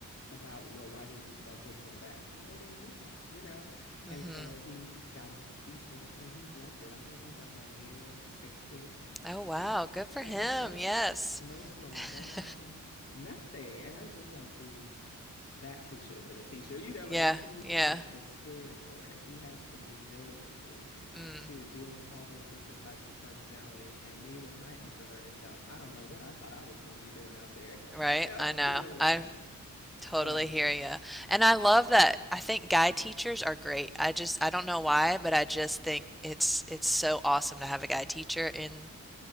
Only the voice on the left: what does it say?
about, well, why didn't you sell this one that? Well, they didn't need that, you know?
And so he got into teaching and he's loved it. I think he's like on year 16
now
and
he loves
it. No slowing
down, nothing. And I'm just like, see, that's who should have been a teacher. You know, like
he
has the spirit for it. He has the resiliency
to deal with all those different types of personality. And me with my introverted self, I don't know what I thought I was going to be doing out there,
<laughs> you know,
dealing with
that.
So